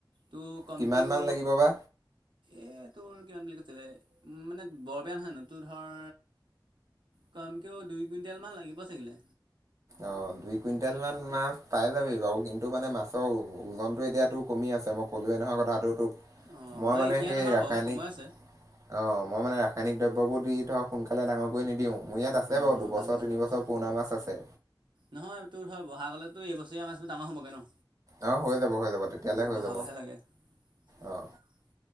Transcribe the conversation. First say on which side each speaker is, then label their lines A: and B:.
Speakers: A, on the right; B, on the right.
A: তোৰ কম
B: কিমান
A: কেও
B: মান লাগিব বা
A: এই তোৰ কিমান বুলি কৈছিলে? মানে বৰবিয়া নহয় নো তোৰ ধৰ কম কেও দুই কুইণ্টেলমান লাগিব চাগিলে।
B: অ দুই কুইণ্টেল মান মাছ পাই যাবি বাৰু কিন্তু মানে মাছৰ ওজনতটো এতিয়াতো কমি আছে মোক ক'লোৱে নহয় কথাটো তোক।
A: অঁ
B: মই মানে
A: এতিয়া
B: সেই
A: নহয়
B: ৰাসায়নিক
A: বাৰু সময় আছে
B: অ মই মানে ৰাসায়নিক দ্ৰব্যবোৰ দি ধৰক সোনকালে ডাঙৰক নিদিওঁ, মোৰ ইয়াত আছে
A: অঁ
B: বাৰু দুবছৰ
A: ভাল কৰিছ
B: তিনিবছৰ
A: ভাল কৰিছ
B: পুৰণা মাছ আছে।
A: নহয় তোৰ ধৰ বহাগলেতো এই বছৰীয়া মাছবোৰ ডাঙৰ হ'বগৈ ন।
B: অ হৈ যাব, হৈ যাব, তেতিয়ালৈ
A: অঁ এই
B: হৈ
A: বহাগলৈহে
B: যাব।
A: লাগে <unintelligible>
B: অঁ